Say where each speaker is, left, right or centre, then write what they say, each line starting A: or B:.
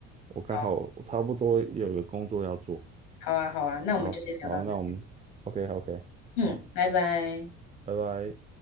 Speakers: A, on the right (about 20°); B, on the left (about 80°).
A: 我刚好我差不多也有个工作要做。
B: 好，好啊，好啊，那我们就先聊到这边。
A: 好，好，那我们 OK OK，
B: 嗯，
A: 好，
B: 拜拜。
A: 拜拜。